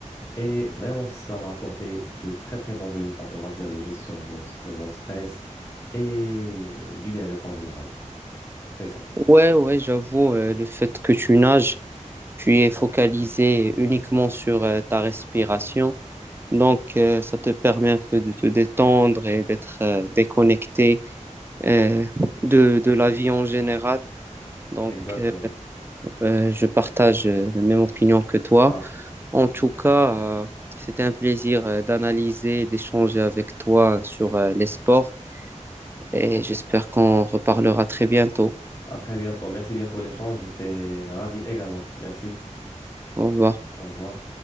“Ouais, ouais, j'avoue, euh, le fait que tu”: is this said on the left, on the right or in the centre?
Right